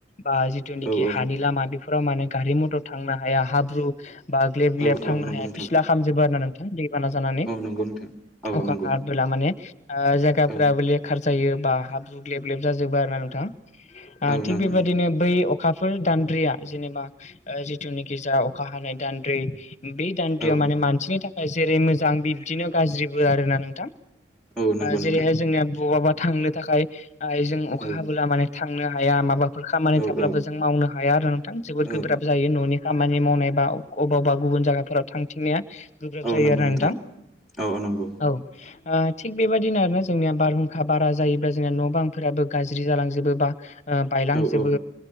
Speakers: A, on the left (about 40°); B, in the centre.
A: बा जिथुनिख
B: औ औ
A: हानि लामा। फ्राव माने गारि मथर थांनो हाया हाब्रु बा ग्लेब
B: औ
A: ग्लेब थांनो
B: औ नंगौ
A: हाया
B: नोंथां
A: फिसिला खालामामजोबबो आरोनोंथ बाना जानानै
B: औ नंगौ नोंथां औ
A: अखा
B: नंगौ
A: हा माने ओ जायगाफोराबो
B: औ
A: लेखार जायो बा हाब्रु ग्लेब लेब जाजोबो आरो ना नोंथां। ओ
B: औ
A: थिग
B: नंगौ
A: बेबायदिनो
B: नोंथां
A: बै अखाफोर दान्द्रिया जेनेबा जिथुनोखि जा अखा हानाय दान्द्रि बे दानद्रियाव
B: औ
A: माने
B: औ
A: मानसिनि थाखाय जेरै मोजां बिब्दिनो गाज्रिबो आरोना नोंथां।
B: औ नंगौ
A: जेरैहाय
B: नोंथां
A: जोंनिया बबाबा थांनो थाखाय जों अखा
B: औ
A: हाबोला माने थांनो हाया माबाफोर खामानि
B: औ
A: थाब्लाबो
B: औ
A: जों मावनो हाया आरो नोंथां जोबोद
B: औ
A: गोब्राब जायो न'नि खामानि मावनाय बा अबावबा गुबुन जायगाफोराव थांथिंनाया। गोब्राब
B: औ
A: जायो
B: नंगौ
A: आरोना नोंथां
B: औ औ नंगौ
A: औ ओ थिग बेबायादिनो आरोना जोंनिया बारहुंखा बारा जायोब्ला जोंनिया न' बांफोराबो गाज्रि जालांजोबोबा। ओ बायलांजोबो
B: औ औ